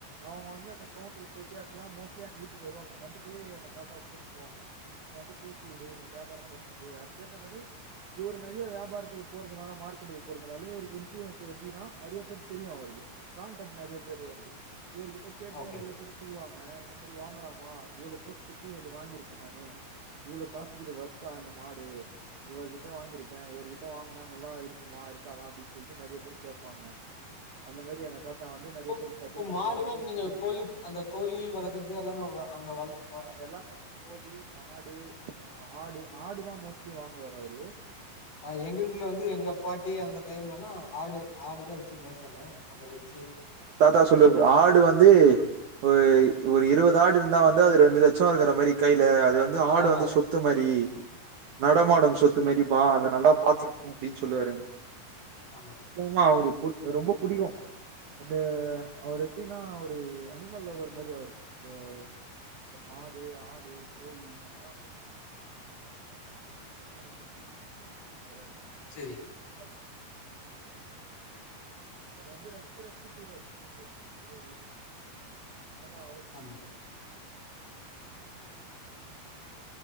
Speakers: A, on the right; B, on the left.
A: அவுங்க வந்து கவுண்ட் <unintelligible> லாம் எங்க வீட்டுக்கு வருவாங்கொ வந்துட்டு எங்க தாத்தாவ கூப்ட்டு போவாங்க வந்து பேசி விடு வியாபார பன்ட்டு அதுக்கேத்த மாரி இவரு நிறைய வியாபாரத்துக்கு போறதுனால மார்க்கெட்டுக்கு போறதுனால இவருக்கு இன்பூயன்ஸ் எப்டினா நிறைய பேர் தெரியும் அவக்கு கான்டெக்ட் நெறய பேரு வருக்கு இவர்கிட்ட கேட்டே
B: ஓகே
A: நிறய பேர் செய்வாங் ணா இந்த மாதிரி வாங்கலாமா இவளோக்கு கொஸ்குடுத் வாங்கிருக்கேன் நானு இவளோ காசு து வருத்தா இந்த மாடு இவர்கிட்ட வாங்கியிருக்கே இவர்கிட்ட வாங்கனா நல்லா இருக்குமா இருக்காதா அப்டினு சொல்ட்டு நெறய பேர் கேப்பாங்க அந்த மாரி எங்க தாத்தா வந்து நெறைய
B: இ
A: பேருக்கு சஜஷன்
B: இப்ப மாடு
A: பண்ணுவாரு
B: மாரி நீங்க
A: வாங்கி
B: கோழி
A: குடுப்பாரு
B: அந்த கோழி வளர்க்கறது எல்லாமே அங்க வளக்
A: ஆ எல்லாமே கோழி மாடு அ ஆடு ஆடு தா மோஸ்ட்லி வாங்குவாரு அவுரு
B: ஹ் எங்க வீட்ல வந்து எங்க அ பாட்டி அந்த டைம்லனா ஆடு ஆடுதான் ச்சு வச்சு மேய்ச்சங்க அந்த வச்
A: தாத்தா சொல்லுவது ஆடு வந்து ஒ ஒரு இருவது ஆடு இருந்தா வந்து அது ரெண்டு லட்சோ இருக்க மாரி கை இல்ல அது வந்து ஆடு
B: ஆமா
A: வந்து சொத்து மாரி <inaudible> நடமாடும் சொத்து மதிப்பா அத நன்டா பாத்துக்குனு அப்டின் சொல்லுவாரு என்ன
B: ஆமா
A: <inaudible> அவுரு குட் ரொம்ப புடிக்கு அது அவர் எப்டினா அவுரு அனிமல் லவ்வர் மாரி அவுரு இந்த ந்த மாடு ஆடு கோழி அதலா வந்து <inaudible>
B: செரி
A: <inaudible> அத வந்து ரசிச்சு ரசி ச்சி செய்வாரு <inaudible> ஒவ்வொரு இது அது அவுருக்
B: ஆமா
A: புடிக்கு <inaudible> <inaudible>